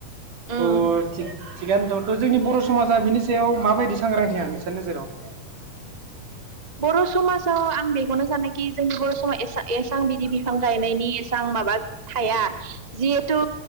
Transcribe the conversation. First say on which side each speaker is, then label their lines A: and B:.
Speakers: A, on the right; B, on the right.
A: उम
B: अ थिग थिगानो दं थ' जोंनि बर' समाजा बिनि सायाव माबायदि सांग्रांथि <unintelligible> नोजोराव।
A: बर' समाजाव आं बेखौनो सानोखि जोंनि बर' समा एसा एसां बिदि बिफां गायनायनि एसां माबा थाया जिहेथु